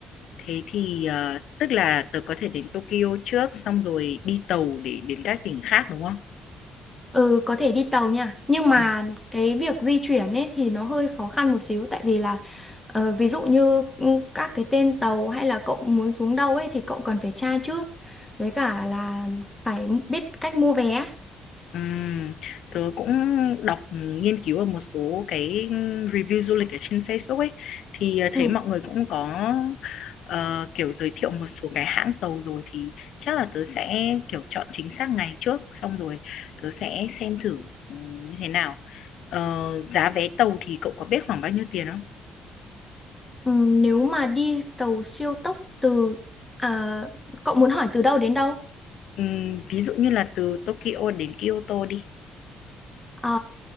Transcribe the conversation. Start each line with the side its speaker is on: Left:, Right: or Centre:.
Left: thế thì ờ, tức là tớ có thể đến Tokyo trước xong rồi đi tàu để đến các tỉnh khác đúng không?
Centre: ừ có thể đi tàu nha nhưng mà
Left: Ừ.
Centre: cái việc di chuyển ấy thì nó hơi khó khăn một xíu tại vì là ờ, ví dụ như ừ, các cái tên tàu hay là cậu muốn xuống đâu ấy thì cậu cần phải tra trước với cả là phải biết cách mua vé
Left: Ừm, tớ cũng đọc ừ, nghiên cứu ở một số cái ừ, review du lịch ở trên Facebook ấy thì ờ, thấy
Centre: ừ
Left: mọi người cũng có ờ, kiểu giới thiệu một số cái hãng tàu rồi thì chắc là tớ sẽ kiểu chọn chính xác ngày trước xong rồi tớ sẽ xem thử ừm, như thế nào. Ờ, giá vé tàu thì cậu có biết khoảng bao nhiêu tiền không?
Centre: Ừ, nếu mà đi tàu siêu tốc từ à, cậu muốn hỏi từ đâu đến đâu?
Left: Ừm, ví dụ như là từ Tokyo đến Kyoto đi.
Centre: Ờ,